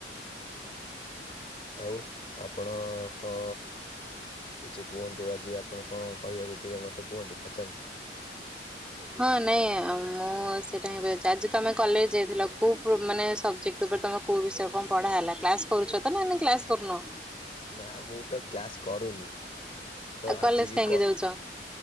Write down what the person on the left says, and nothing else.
ଆଉ ଆପଣ କଣ କିଛି କୁହନ୍ତୁ। ଆଜି ଆପଣ କଣ କହିବାକୁ ଟିକେ ମତେ କୁହନ୍ତୁ ପଚାରନ୍ତୁ।
ନା ମୁଁ ତ କ୍ଲାସ କରୁନି। ତ
ଆଜି ବି
କ